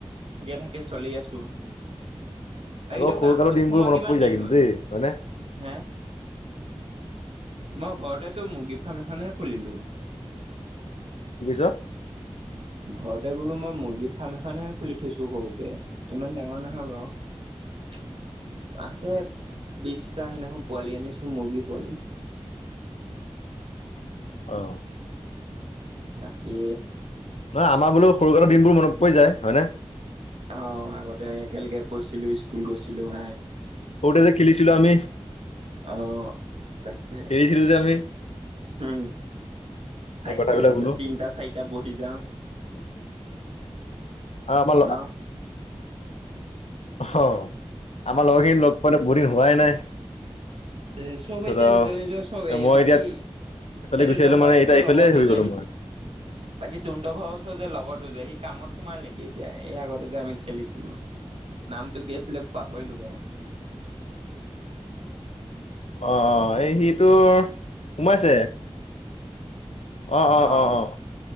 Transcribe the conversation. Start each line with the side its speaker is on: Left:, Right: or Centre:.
Right: ঠিকে থাকে চলি আছো।
Left: আগৰ
Right: এই টো
Left: সৰুকালৰ
Right: কামটোত
Left: দিনবোৰ
Right: সোমোৱা
Left: মনত
Right: কিমান
Left: পৰি যায়
Right: দিন
Left: কিন্তু
Right: হ'লনো
Left: দেই হয়নে
Right: হা? মই ঘৰতেটো মুৰ্গী ফাৰ্ম এখননেহে খুলিলো। <unintelligible>
Left: কি কৈছ?
Right: ঘৰতে বোলো মই মুৰ্গী ফাৰ্ম এখনহে খুলি থৈছো সৰুকে ইমান ডাঙৰ নহয় বাঅঁ। <inaudible> আছে বিশটা সিদিনাখন পোৱালি আনিছো মুৰ্গী পোৱালি। <inaudible>
Left: আহঁ।
Right: বাকী
Left: নহয় আমাৰ বোলো সৰুকালৰ দিনবোৰ মনত পৰি যায়। হয় নে?
Right: আহ আগতে একেলগে পঢ়িছিলো স্কুল গৈছিলো হয়।
Left: সৰুতে যে খেলিছিলো আমি খেলিছিলো
Right: আহ তাকে
Left: যে আমি।
Right: উম চাইকেলত
Left: সেই কথাবিলাক বোলো
Right: যে তিনটা চাৰিটা বহি যাও।
Left: আ মাল
Right: ন
Left: অ আমাৰ লগৰখিনি লগ পোৱা বহু দিন হোৱাই নাই।
Right: এ
Left: তাৰপিছত
Right: চব এতিয়া
Left: আৰু
Right: নিজৰ নিজৰ চবেই
Left: এ মই
Right: বাকী
Left: এতিয়া
Right: এই
Left: এইফালে
Right: তোনটোৰ
Left: গুচি আহিলো
Right: ঘৰৰ
Left: মানে
Right: ওচৰ
Left: এতিয়া এইফালে
Right: লগৰো
Left: হৈ
Right: যে
Left: গলো
Right: সি
Left: মই
Right: বাকী তুনড ঘৰৰ ওচৰত যে লগৰ যে সি কামত সোমাল নেকি এতিয়া এই আগতে যে আমি খেলিছিলো? নামটো কি আছিলে পাহৰিলো বাও।
Left: অ অ এই সিটো সোমাইছে। অ অ
Right: আহ
Left: অ অ